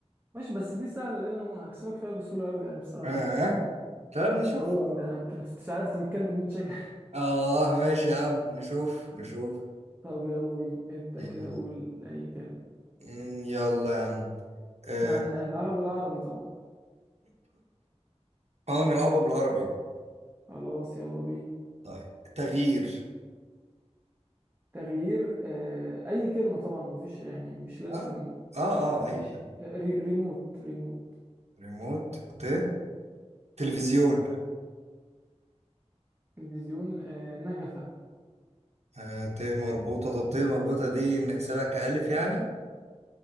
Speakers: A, on the right; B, on the right.
A: ماشي بس دي سهله دي انا هكسبك فيها بسهوله قوي يعني بصراحه
B: اه طب نشوف
A: هو انا أنت مش عارف انت بتتكلم مين شكل
B: اه ماشي يا عم نشوف نشوف
A: <laughs> طب يلا بينا ابدا
B: مم.
A: كده قول اي كلمه
B: مم، يلا يا عم اه
A: احنا هن- هنلعبها بالعربي طبعا
B: آه، نلعبها بالعربي
A: خلاص يلا بينا
B: طيب تغيير
A: تغيير آه اي كلمه طبعا مفيش يعني مش لازم
B: اه اه اه
A: ماشي
B: اي كده.
A: آه، ري- ريموت ريموت
B: ريموت ت تلفزيون
A: تلفزيون آه نجفه
B: آه ت مربوطة طب ت مربوطة دي نحسبها كألف يعني